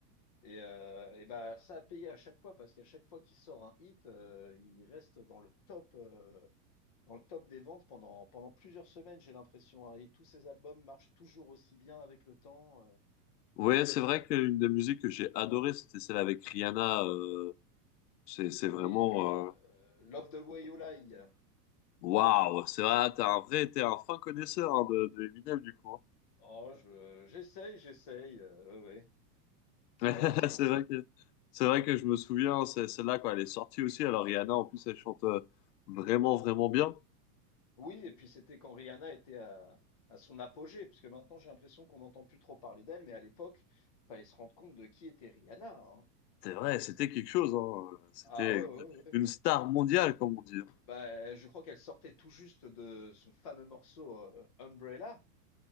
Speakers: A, on the left; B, on the left.
A: Et, euh, et bah, ça a payé à chaque fois parce qu'à chaque fois qu'il sort un hit, euh, il reste dans le top, euh, dans le top des ventes pendant, pendant plusieurs semaines, j'ai l'impression. hein. et tous ses albums marchent toujours aussi bien avec le temps. euh.
B: Ouais, c'est vrai qu'une des musiques que j'ai adorée, c'était celle avec Rihanna. euh, c'est, c'est
A: Euh,
B: vraiment...
A: oui, euh,
B: euh,
A: Love the Way You Lie.
B: Waouh! C'est vrai, t'es un vrai, t'es un fin connaisseur hein, de, de Eminem, du coup.
A: Oh, je, j'essaye, j'essaye. euh, ouais, ouais.
B: hein. <laughs>
A: Non, son,
B: C'est vrai que, c'est vrai que je me souviens, c'est celle-là, quand elle est sortie aussi. Alors Rihanna, en plus, elle chante euh, vraiment, vraiment bien.
A: oui, et puis c'était quand Rihanna était à, à son apogée, parce que maintenant j'ai l'impression qu'on n'entend plus trop parler d'elle, mais à l'époque, fallait se rendre compte de qui était Rihanna. hein.
B: C'est vrai, c'était quelque chose. Hein. C'était
A: Ah ouais,
B: une
A: ouais, ouais. ouais.
B: une star mondiale, comme on dit.
A: Bah, je crois qu'elle sortait tout juste de son fameux morceau, heu, Umbrella,